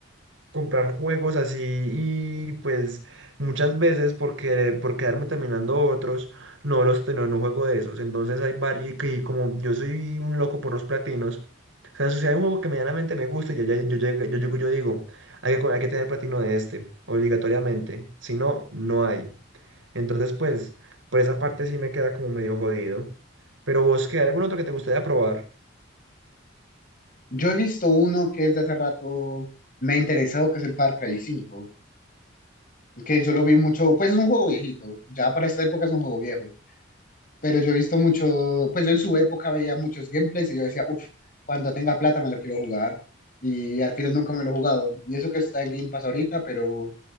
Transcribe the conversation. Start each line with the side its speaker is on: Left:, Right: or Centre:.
Right: comprar juegos así y pues muchas veces por querer, por quedarme terminando otros, no los te- no, no juego de esos. Entonces hay varios y, que y como yo soy un loco por los platinos, o sea, si hay un juego que medianamente me gusta, yo, ya- yo, llego- yo, llego y yo digo, hay que, co- hay que tener platino de este, obligatoriamente. Si no, no hay. Entonces, pues, por esa parte sí me queda como medio jodido. Pero vos, ¿qué? ¿Algún otro que te gustaría probar?
Left: Yo he visto uno que desde hace rato me ha interesado, que es el Far Cry cinco que yo lo vi mucho, pues es un juego viejito, ya para esta época es un juego viejo, pero yo he visto mucho, pues yo en su época veía muchos gameplays y yo decía, uff, cuando tenga plata me lo quiero jugar, y al final nunca me lo he jugado, y eso que está en Game Pass ahorita, pero